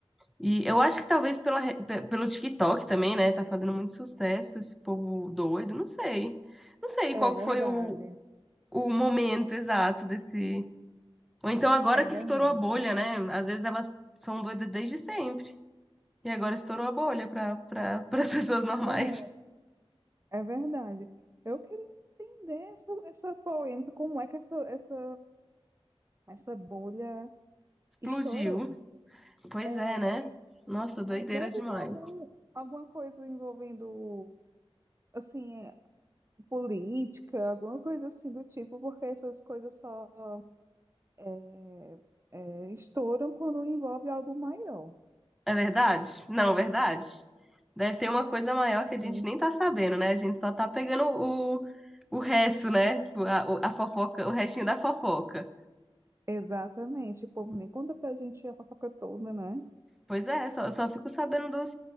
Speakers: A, in the centre; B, on the right.
A: E eu acho que talvez pela, re- pe- pelo TikTok também, né? Tá fazendo muito sucesso esse povo doido, não sei. Não sei
B: é
A: qual
B: verdade,
A: que foi o, o momento exato desse. Ou então agora
B: é
A: que
B: verdade,
A: estourou a bolha, né? Às vezes elas são doidas desde sempre. E agora estourou a bolha para <laughs> para as pessoas normais.
B: é, é verdade. Eu queria entender essa, essa polêmica, como é que essa, essa, essa bolha
A: Explodiu.
B: estourou.
A: Pois
B: É,
A: é, né? Nossa, doideira
B: é, deve
A: demais.
B: ter algum, alguma coisa envolvendo assim, é, política, alguma coisa assim do tipo, porque essas coisas só é, é, estouram quando envolve algo maior.
A: É verdade? Não, verdade. Deve ter uma coisa maior que
B: Sim.
A: a gente nem tá sabendo, né? A gente só tá pegando o, o resto, né? Tipo, a, o- a fofoca, o restinho da fofoca.
B: Exatamente. O povo nem conta pra gente a fofoca toda, né?
A: Pois é, só, só fico sabendo dos.